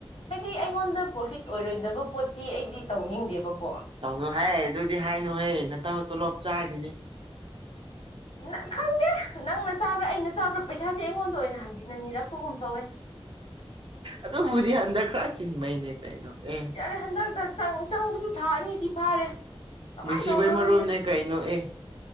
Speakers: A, on the left (about 75°); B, on the right (about 55°).
A: ꯍꯥꯏꯗꯤ ꯑꯩꯉꯣꯟꯗ ꯄ꯭ꯔꯣꯐꯤꯠ ꯑꯣꯏꯔꯣꯏꯗꯕ ꯄꯣꯠꯇꯤ ꯑꯩꯗꯤ ꯇꯧꯅꯤꯡꯗꯦꯕꯀꯣ
B: ꯇꯧꯅ‌ꯣ ꯍꯥꯏ ꯑꯗꯨꯗꯤ ꯍꯥꯏꯅꯨꯍꯣꯏ ꯃꯇꯥꯎ ꯇꯣꯂꯣꯞ ꯆꯥꯔꯤꯅꯤ
A: ꯅ ꯈꯪꯗꯦ ꯅꯪꯅ ꯆꯥꯕ꯭ꯔꯥ ꯑꯩꯅ ꯆꯥꯕ꯭ꯔꯥ ꯄꯩꯁꯥꯗꯤ ꯑꯩꯉꯣꯟꯗ ꯑꯣꯏꯅ ꯍꯟꯖꯤꯟꯅ ꯅꯤꯔꯛꯄꯒꯨꯝ ꯇꯧꯋꯦ
B: ꯑꯗꯨꯕꯨꯗꯤ ꯍꯟꯗꯛ ꯈꯔ ꯆꯤꯟꯕꯩꯅꯦ ꯀꯩꯅꯣ ꯑꯦ
A: ꯌꯥꯔꯦ ꯍꯟꯗꯛꯇ ꯆꯪ ꯆꯪꯕꯁꯨ ꯊꯥ ꯑꯅꯤꯗꯤ ꯐꯥꯔꯦ ꯀꯃꯥꯏꯅ
B: ꯅꯤꯡꯁꯤꯕꯩ
A: ꯇꯧꯕ꯭ꯔꯥ
B: ꯃꯔꯨꯞꯅꯦ
A: ꯈꯪꯗꯦ
B: ꯀꯩꯅꯣ ꯑꯦ